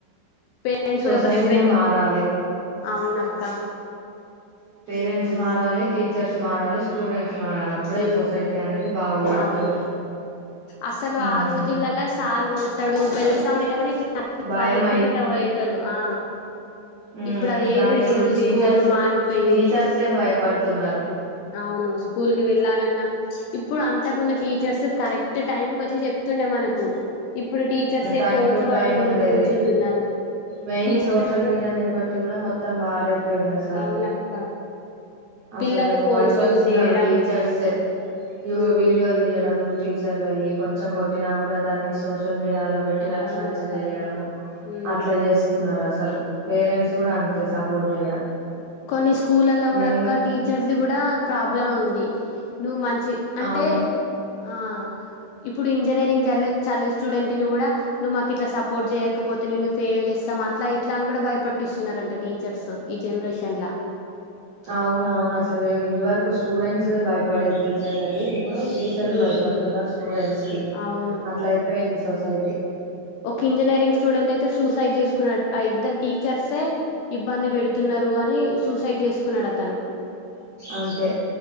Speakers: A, on the left (about 80°); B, on the right (about 70°).
A: పేరెంట్స్
B: సొసైటీనే
A: కూడా ఒక దెబ్బ
B: మారాలి
A: అవునక్క
B: పేరెంట్స్
A: ఉమ్
B: మారాలి టీచర్స్ స్మారాలీ స్టూడెంట్స్ మారాలి అప్పుడే
A: ఉ
B: ఈ సొసైటీ అనేది బాగుపడుతది
A: అవును అసలు
B: ఉమ్
A: ఆ రోజులలా సార్ తాడు బెల్ సౌండ్ వినగానే ఇ
B: భయం
A: పరిగెత్తుకుంటా పోయేటోళ్ళు ఆ
B: ఉ
A: ఇప్పుడు అది
B: కానీ
A: ఏది
B: ఇప్పుడు
A: లేదు
B: టీచర్స్
A: స్కూల్ మారిపోయింది
B: టీచర్స్ే భయపడుతున్నారు
A: అవును స్కూల్ కి వెళ్ళాలన్నా ఇప్పుడు అంతకు ముందు టీచర్స్ కరెక్ట్ టైం క వచ్చి చెప్తుండే మనకు ఇప్పుడు టీచర్సే
B: టైం
A: ఫోన్స్
B: టు
A: పట్టుకని
B: టైం ఉండేది
A: కూర్చుంటున్నారు
B: మెయిన్
A: టీచర్స్
B: ఈ సోషల్ మీడియా చేయబట్టి కూడా మొత్తం పాడైపోయింది అసలు
A: అవునక్క పిల్లలు
B: అసలు
A: ఫోన్స్
B: భయపడుతున్నారు
A: యూజ్ చేయడం
B: టీచర్స్ ఇ
A: ఉమ్
B: వీడియోలు తీయడం టీచర్లు అయ్యి కొంచెం కొట్టినా కూడా దాన్ని చో మేడాల పెట్టి రచ్చరచ్చ
A: అవునక్క
B: చెయడ
A: ఉమ్
B: అట్లా చేస్తున్నారు అ అసలు పేరెంట్స్ కూడా అంతే సపోర్ట్ చేయడం
A: కొన్ని స్కూల్ల్లో కూడాడక
B: మెయిన్
A: టీచర్స్ి కూడా ప్ర బ్ ఉంది నువ్వు మంచి చి అంటే
B: అవును
A: ఆ ఇప్పుడు ఇంజనీరింగ్ చదివే చదివే స్టూడెంట్ ని కూడా ఇప్పుడు ఇంజనీరింగ్ చదువు చదివే స్టూడెంట్ నీ గూడ నువ్వు మాకు ఇట్లా సపోర్ట్ జేయకపోతే నిన్ను ఫెయిల్ జేస్తం అట్లా ఇట్లా అని కూడా భయపట్టిస్తున్నారంట టీచర్స్ ఈ జనరేషన్ ఎన్లా
B: అవును అవును అసలు ఇది వరకు స్క్ స్టూడెంట్స్
A: ఉమ్
B: భయపడేది టీచర్లకి ఇప్పుడు టీ చళ్ళు
A: ఉమ్
B: బయి పడుతున్నా స్ట్రో స్కి
A: అవును
B: అట్లా అయిపోయింది సస్ సైటి
A: ఒక ఇంజనీరింగ్ స్టూడెంట్ అయితే సూసైడ్ చేసుకున్నాడ్ ఆ ఇద్దరు టీచర్సే ఇబ్బంది పెడుతున్నారు అని సూసైడ్ చేసుకున్నాడ్ అతను
B: అంతే